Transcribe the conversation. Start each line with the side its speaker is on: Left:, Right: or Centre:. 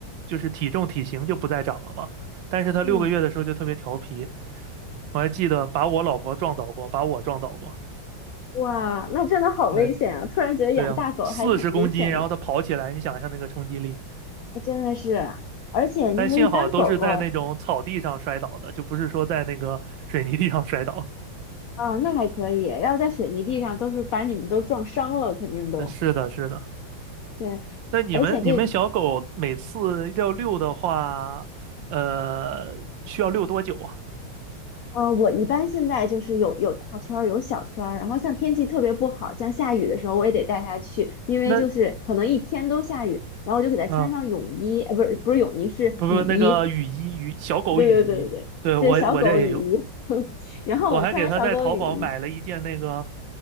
Right: 就是体重体型就不再长了嘛，但是它六个月的时候就特别调皮，
Left: 嗯，
Right: 我还记得把我老婆撞倒过，把我撞倒过，
Left: 哇，那真的好危险啊！
Right: 对
Left: 突然觉得养大狗还挺危险的，
Right: 对呀，四十公斤，然后它跑起来，你想一下那个冲击力。
Left: 真的是，而且那个一般狗狗
Right: 但幸好都是在那种草地上摔倒的，就不是说在那个水泥地上 <laughs> 摔倒。
Left: 啊，那还可以，要在水泥地上都是把你们都撞伤了，肯定都
Right: 呃是的，是的。
Left: 对，
Right: 那你们你们小狗每次要遛的话，
Left: 而且这
Right: 呃，需要遛多久啊？
Left: 呃，我一般现在就是有有大圈儿，有小圈儿，然后像天气特别不好，像下雨的时候，我也得带它去，因为就是可能一天都下雨，
Right: 那
Left: 然后我就给它穿上泳衣，
Right: 啊，
Left: 呃，不是不是泳衣，是雨衣，
Right: 不不，那个雨衣雨小狗雨衣，
Left: <laughs> 对对对对对对，
Right: 对我我这也有，
Left: 小狗雨衣，<laughs> 然后我穿上小狗雨衣，
Right: 我还给它在淘宝买了一件那个